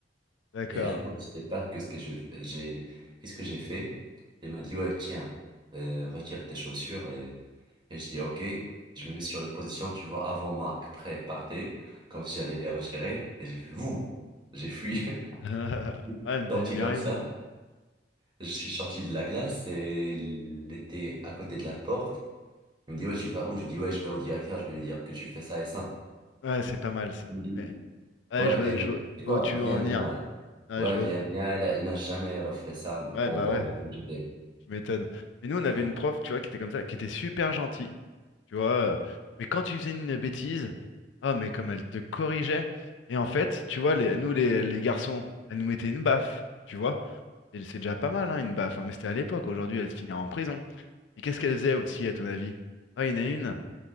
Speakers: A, on the left; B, on the right.
A: D'accord.
B: Et un jour, je sais pas que ce que je fais- j'ai, qu'est-ce que j'ai fait. Il m'a dit, ouais, tiens, euh, retire tes chaussures. Et, et je dis, ok, je me mets sur une position, tu vois, avant Marc, prêt, partez, comme si j'allais les retirer. Et j'ai fait, vous, j'ai fui, <laughs>
A: <laughs> Ouais,
B: Je
A: vous
B: suis sorti
A: avez eu bien
B: comme
A: raison.
B: ça.
A: hein.
B: Je suis sorti de la glace et elle était à côté de la porte. Il me dit, ouais, tu vas où? Je lui dis, ouais, je vais au directeur, je vais lui dire que tu fais ça et ça.
A: Ouais, c'est pas mal ça.
B: Elle me dit-
A: Mais, ouais,
B: Ouais,
A: je vois,
B: elle
A: je
B: me dit,
A: vois,
B: c'est
A: je
B: quoi?
A: vois où tu
B: Viens,
A: veux en venir.
B: viens.
A: Ouais,
B: Ouais,
A: je vois.
B: viens, viens. Elle, elle n'a jamais refait ça
A: Ouais,
B: pendant
A: bah ouais,
B: le MJT.
A: je m'étonne. Mais nous,
B: <laughs>
A: on avait une prof, tu vois, qui était comme ça, qui était super gentille. tu vois. euh, Mais quand tu faisais une bêtise, ah, mais comme elle te corrigeait. Et en fait, tu vois, les, nous, les, les garçons, elle nous mettait une baffe, tu vois. Et c'est déjà pas mal, hein, une baffe. hein, Mais c'était à l'époque. Aujourd'hui, elle se finirait en prison. Et qu'est-ce qu'elle faisait aussi, à ton avis? Ah, il y en a une,